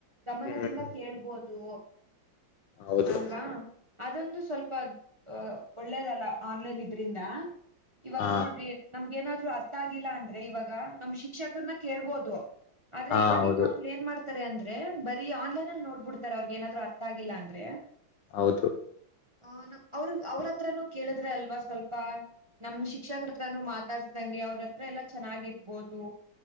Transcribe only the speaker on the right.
ಗಮನದಿಂದ
ಕೇಳ್ಬೋದು.
ಅಲ್ವಾ ಅದೊಂದು ಸ್ವಲ್ಪ. ಹ ಒಳ್ಳೇದಲ್ಲ ಆನ್ಲೈನ್ ಇದ್ರಿಂದ. ಇವಾಗ್
ನೋಡ್ರಿ ನಮ್ಗ್ ಏನಾದ್ರು ಅರ್ತ್ ತ್ತಾಗಿಲ್ಲ ಅಂದ್ರೆ ಇವಾಗ ನಮ್ ಶಿಕ್ಷಕರನ್ನ ಕೇಳ್ಬೋದು. ಆದ್ರೆ
ಇವಾಗಿನ್
ಮಕ್ಳ್ ಏನ್ ಮಾಡ್ ಅಂದ್ರೆ ಬರೀ ಆನ್ಲೈನ್ ಅಲ್ ನೋಡ್ಬಿಡ್ತಾರೆ ಅವ್ರಿಗ್ ಏನಾದ್ರು ಅರ್ಥ ಆಗಿಲ್ಲ ಅಂದ್ರೆ.
ಅ ನಮ್ ಅವ್ರ್ ಅವ್ರತ್ರನು ಕೇಳುದ್ರೆ ಅಲ್ವಾ ಸ್ವಲ್ಪ ನಮ್ ಶಿಕ್ಷಕರ್ ಹತ್ರಾನೂ ಮಾತಾಡ್ಸ್ದಂಗೆ ಅವ್ರ್ ಹತ್ರ ಎಲ್ಲಾ ಚೆನ್ನಾಗಿರ್ಬೋದು.